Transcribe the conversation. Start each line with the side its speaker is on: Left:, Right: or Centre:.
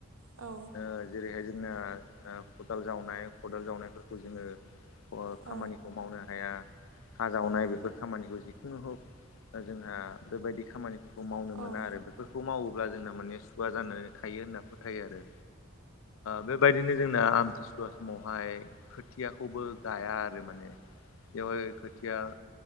Right: औ
Left: ओ जेरैहाय जोंना खदाल जावनाय खदाल जावनायफोरखौ जोङो
Right: औ
Left: खामानिखौ मावनो हाया खाजावनाय बेफोर खामानिखौ जिखुनु हका जोंहा बेबायदि खामानि बेफोरखौ मावनो
Right: औ
Left: मोना आरो बेफोरखौ मावोब्ला जोंना माने सुवा जानानै थायो होनना फोथायो आरो बेबायदिनो जोंना आमथिसुवा समावहाय खोथियाखौबो गाया आरो माने बेवहाय खोथिया